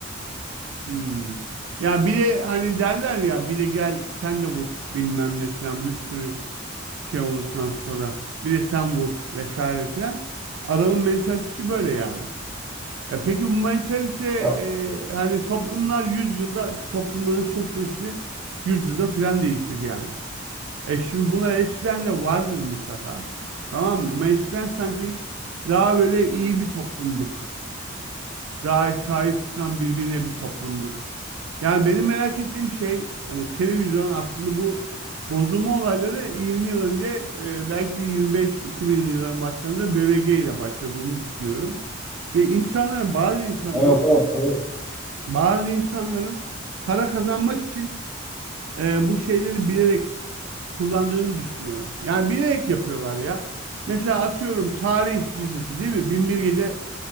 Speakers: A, on the right; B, in the centre.
A: Hmm. Ya bir de hani derler ya bir de gel sen de vur bilmem ne filan bir sürü şey olduktan sonra bir de sen vur vesaire filan. Adamın mentalitesi böyle yani. E peki bu mentalite
B: Ya,
A: e, hani toplumlar yüzyılda toplumların sosyolojisi yüzyılda filan değişir yani. E şimdi bunlar eskiden de vardır mutlaka. Tamam mı? Ama eskiden sanki daha böyle iyi bir toplumduk. Daha sahip çıkan birbirine bir toplumduk. Yani benim merak ettiğim şey hani televizyon aslında bu bozulma olayları 20 yıl önce e, belki de 25-2000 yılların başlarında BBG ile başladığını düşünüyorum. Ve insanların bazı insanların
B: evet evet. evet.
A: bazı insanların para kazanmak için e, bu şeyleri bilerek kullandığını düşünüyorum. Yani bilerek yapıyorlar ya. Mesela atıyorum tarih dizisi değil mi? Bin bir Gece